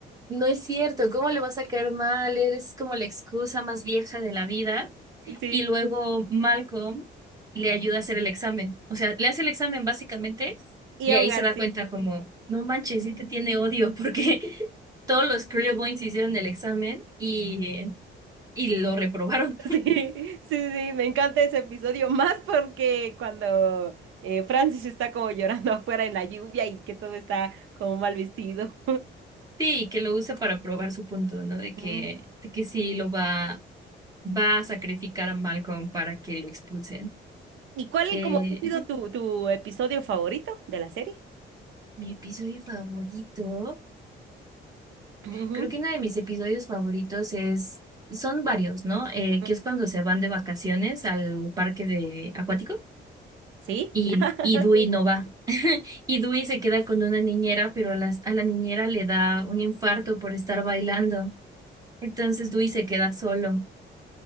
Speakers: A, on the right (about 20°); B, on the right (about 80°).
A: no es cierto, ¿cómo le vas a caer mal? Eres como la excusa más vieja de la vida.
B: Sí.
A: y luego Malcolm le ayuda a hacer el examen. O sea, le hace el examen básicamente
B: Y
A: y
B: aún
A: ahí
B: así,
A: se da cuenta como, no manches, sí te tiene odio <laughs> porque todos los Boys hicieron el examen y, eh, y lo reprobaron.
B: <laughs> sí, sí, sí, me encanta ese episodio, más porque cuando eh, Francis está como llorando <laughs> afuera en la lluvia y que todo está como mal vestido.
A: Sí, y que lo usa para probar su punto, ¿no? De que,
B: <laughs>
A: de que sí lo va, va a sacrificar a Malcolm para que lo expulsen.
B: ¿Y cuál
A: Eh,
B: como ha sido
A: ujú.
B: tu, tu episodio favorito de la serie?
A: mi episodio favorito.
B: Ujú,
A: Creo que uno de mis episodios favoritos es, son varios, ¿no? Eh,
B: ujú.
A: que es cuando se van de vacaciones al parque de acuático
B: ¿Sí?
A: y,
B: <laughs>
A: y Dewey no va. Y Dewey se queda con una niñera, pero a las- a la niñera le da un infarto por estar bailando. Entonces Dewey se queda solo.